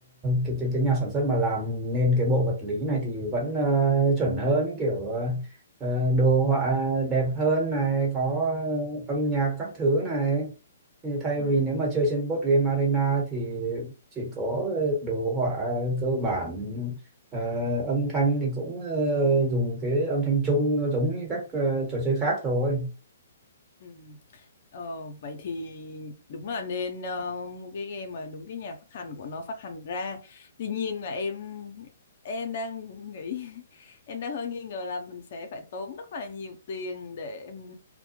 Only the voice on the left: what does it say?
Ừ.
Ừ. Ờ, vậy thì đúng là nên ờ, mua cái game mà đúng cái nhà phát hành của nó phát hành ra. Tuy nhiên là em em đang nghĩ <laughs> em đang hơi nghi ngờ là mình sẽ phải tốn rất là nhiều tiền để ừm,